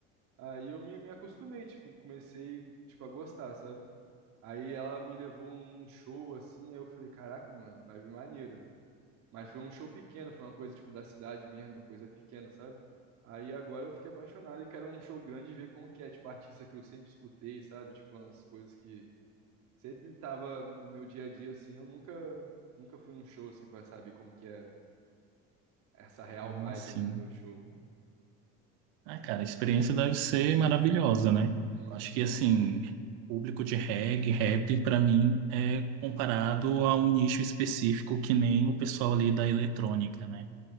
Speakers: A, on the right; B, on the right.
A: Aí eu me, me acostumei, tipo, comecei, tipo, a gostar, sabe? Aí ela me levou num show, assim, aí eu falei, caraca, mano, vibe maneiro. Mas foi um show pequeno, foi uma coisa tipo da cidade mesmo, uma coisa pequena, sabe? Aí agora eu fiquei apaixonado e quero um show grande e ver como que é, tipo, artista que eu sempre escutei, sabe? Tipo, umas coisas que sempre tava no meu dia a dia, assim, eu nunca, nunca fui num show, assim, pra saber como que é essa real
B: Ah,
A: vibe,
B: sim.
A: né, do show.
B: Ah, cara, a experiência deve ser maravilhosa, né?
A: Sim.
B: Eu Acho que, assim, público de reggae, rap, pra mim, é comparado a um nicho específico que nem o pessoal ali da eletrônica, né?